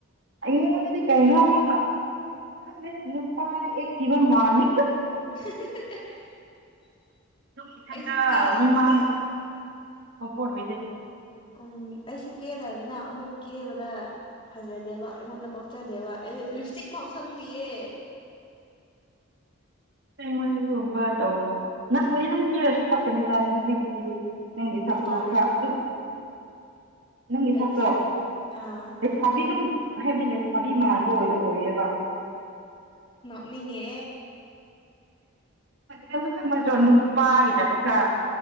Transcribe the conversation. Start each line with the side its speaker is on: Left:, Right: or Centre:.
Right: ꯑꯩꯉꯣꯟꯗꯗꯤ ꯀꯩꯅꯣ ꯑꯃ ꯁ ꯅꯨꯄꯥꯔ ꯑꯦ ꯏꯖꯤꯕꯟ ꯃꯥꯅ
Left: <unintelligible>
Right: ꯑꯗꯨꯝ ꯏꯊꯟꯇ
Left: ꯑꯩꯁꯨ ꯀꯦꯔꯕꯅꯤꯅ
Right: ꯃꯤ ꯃꯥꯡ ꯑꯣꯐꯣꯔ ꯑꯣꯏꯗꯦ
Left: ꯎꯝ ꯑꯩꯁꯨ ꯀꯦꯗꯕꯅꯤꯅ ꯑꯃꯨꯛ ꯀꯦꯕꯗ ꯐꯖꯗꯦꯕ ꯑꯩꯉꯣꯟꯗ ꯄꯛꯆꯗꯦꯕ ꯑꯩ ꯂꯤꯞ ꯏꯁꯇꯤꯛ ꯐꯥꯎ ꯁꯪꯅꯤꯌꯦ
Right: ꯉꯣꯏ ꯑꯗꯨꯒꯨꯝꯕ ꯇꯧ ꯅꯪꯕꯨꯗꯤ ꯑꯗꯨꯝ ꯀꯤꯔꯁꯨ ꯄꯛꯀꯅꯤꯗ ꯍꯥꯏꯕꯗꯤ ꯅꯪꯒꯤ ꯁꯛꯇꯣ
Left: ꯃꯄꯥꯟ
Right: ꯈꯔ ꯑꯗꯨꯝ ꯅꯪꯒꯤ
Left: ꯑꯩꯒꯤ
Right: ꯁꯛꯇꯣ
Left: ꯁꯛ ꯑꯥ
Right: ꯂꯩꯁꯥꯕꯤ ꯑꯗꯨꯝ ꯍꯥꯏꯕꯗꯤ ꯂꯩꯁꯥꯕꯤ ꯃꯥꯟꯕ ꯑꯣꯏꯗꯣ ꯑꯣꯏꯌꯦꯕ
Left: ꯅꯤꯉ
Right: ꯈꯪꯅꯁꯨ ꯈꯪꯕꯁꯨ꯭ꯔꯣ ꯅꯨꯄꯥꯒꯤꯗꯣ ꯈꯔ